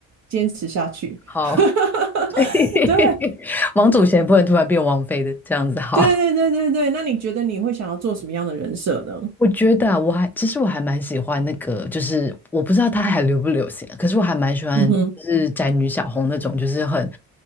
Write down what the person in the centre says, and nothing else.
好，
<laughs>
王祖贤不能突然变王妃的，这样子好。
我觉得啊，我还其实我还蛮喜欢那个，就是我不知道他还流不流行啊，可是我还蛮喜欢，
就是宅女小红那种，就是很